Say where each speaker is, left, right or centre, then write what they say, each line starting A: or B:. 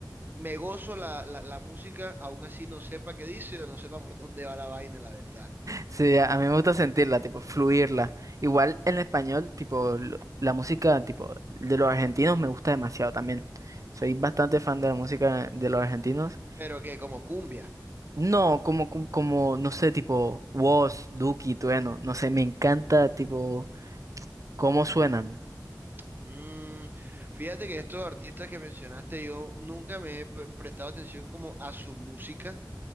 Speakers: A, on the right (about 25°); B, on the right (about 45°).
A: me gozo la, la, la música, aún así no sepa qué dice o no sepa por dónde va la vaina, la verdad.
B: sí, a a mí me gusta sentirla, tipo, fluirla. Igual en español, tipo, lo- la música, tipo, de los argentinos me gusta demasiado también. Soy bastante fan de la música de los argentinos.
A: Pero que como cumbia.
B: No, como, como, como, no sé, tipo, woz Duki, Trueno, no sé, me encanta, tipo, cómo suenan.
A: Mm, fíjate que estos artistas que mencionaste, yo nunca me he pre- prestado atención como a su música,